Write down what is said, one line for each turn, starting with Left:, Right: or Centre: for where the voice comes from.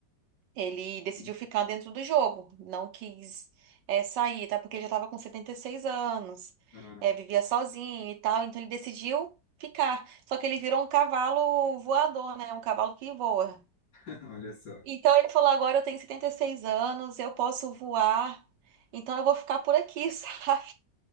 Right: Ele decidiu
Left: Hum?
Right: ficar dentro do jogo, não quis eh, sair, tá? Porque ele já estava com 76 anos,
Left: Ah,
Right: eh, vivia sozinho e tal, então ele decidiu ficar. Só que ele virou um cavalo voador, né? Um cavalo que voa.
Left: <laughs> olha só.
Right: Então ele falou: agora eu tenho 76 anos, eu posso voar, então eu vou ficar por aqui, <laughs> sabe?